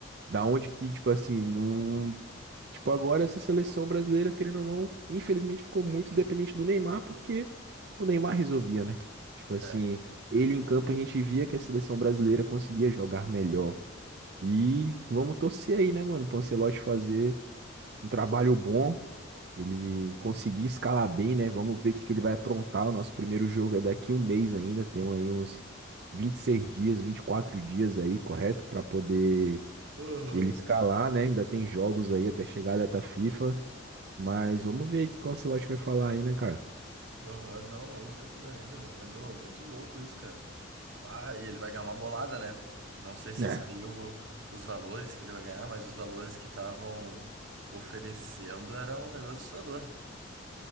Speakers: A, on the right; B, on the right.
A: Da onde que, tipo assim, não Tipo, agora essa seleção brasileira, querendo ou não, infelizmente ficou muito dependente do Neymar, porque o Neymar resolvia, né? Tipo
B: é,
A: assim, ele
B: eu também.
A: em campo a gente via que a seleção brasileira conseguia jogar melhor. E vamos torcer aí, né, mano, pro Ancelotti fazer um trabalho bom, ele conseguir escalar bem, né? Vamos ver o que que ele vai aprontar. O nosso primeiro jogo é daqui um mês ainda, tem aí uns 26 dias, 24 dias aí, correto? Pra poder
B: Aham.
A: ele escalar, né? Ainda tem jogos aí até chegar a data FIFA. Mas vamos ver o que o Ancelotti vai falar aí, né, cara?
B: Aham, não, vamos ver toda a vida mesmo. Mas, ô, muito louco isso, cara. Ah, e ele vai ganhar uma bolada, né? Não sei se
A: É.
B: saiu os valores que ele vai ganhar, mas os valores que estavam oferecendo era um negócio assustador.